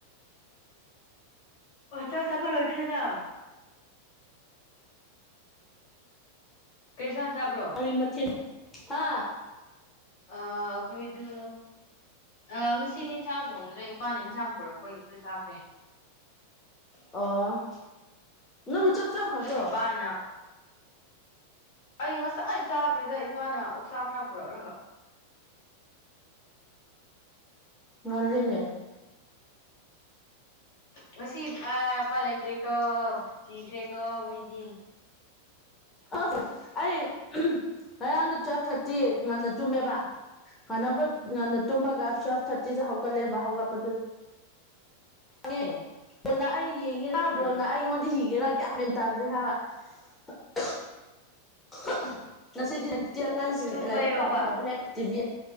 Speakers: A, on the left; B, on the left.
A: ꯑꯣꯇꯔ ꯆꯠꯄ ꯂꯣꯏꯈ꯭ꯔꯦꯅ ꯀꯩ ꯏꯟꯁꯥꯡ ꯆꯥꯕ꯭ꯔꯣ
B: ꯑꯔꯤ ꯃꯊꯦꯜ ꯍꯥ
A: ꯑ ꯑꯈꯣꯏꯗꯨ ꯑ ꯉꯁꯤꯗꯤ ꯏꯟꯁꯥꯡ ꯊꯣꯡꯗ꯭ꯔꯦ ꯏꯄꯥꯅ ꯏꯟꯁꯥꯡ ꯄꯨꯔꯛꯄꯒꯤꯗꯨ ꯆꯥꯈ꯭ꯔꯦ
B: ꯑꯣ ꯅꯣꯏꯕꯨ ꯆꯥꯛ ꯆꯥꯈ꯭ꯔꯕ꯭ꯔꯣ
A: ꯏꯄꯥꯅ ꯑꯩ ꯉꯁꯥꯏ ꯆꯥꯈ꯭ꯔꯦꯗ ꯏꯄꯥꯥꯅ ꯑꯣꯛꯁꯥ ꯈꯔ ꯄꯨꯔꯛꯂꯒ
B: ꯉꯜꯂꯤꯅꯦ
A: ꯉꯁꯤ ꯑ ꯄꯥꯏ ꯂꯩꯇꯦꯀꯣ ꯊꯤꯈ꯭ꯔꯦꯀꯣ ꯃꯤꯗꯤ
B: ꯑꯁ ꯑꯩ ꯉꯔꯥꯡꯗꯣ ꯇꯨꯋꯦꯜꯐ ꯊꯥꯔꯇꯤ ꯉꯟꯅ ꯇꯨꯝꯃꯦꯕ ꯍꯥꯟꯅꯅꯕ ꯉꯟꯅ ꯇꯨꯝꯃꯒ ꯇꯨꯋꯦꯜꯞ ꯊꯥꯔꯇꯤꯗ ꯍꯧꯒꯠꯂꯦꯕ ꯍꯧꯒꯠꯄꯗꯨ ꯉꯦ ꯕꯣꯜꯅ ꯑꯩ ꯌꯦꯡꯉꯤꯔ ꯕꯣꯜꯅ
A: ꯎꯝ
B: ꯑꯩꯉꯣꯟꯗ ꯌꯦꯡ ꯉꯤꯔ ꯒꯌꯥꯟ ꯃꯦꯟ ꯇꯥꯗꯔꯦ ꯍꯥꯏꯕ <unintelligible> ꯉꯁꯤꯗꯤ ꯇꯤ ꯑꯉꯥꯡꯁꯤꯡ
A: ꯇꯨꯝꯕꯩꯔꯣꯕ
B: ꯂꯥꯏꯔꯤꯛ ꯄꯥꯕ ꯂꯣꯏꯕ ꯍꯦꯛ ꯇꯤꯚꯤ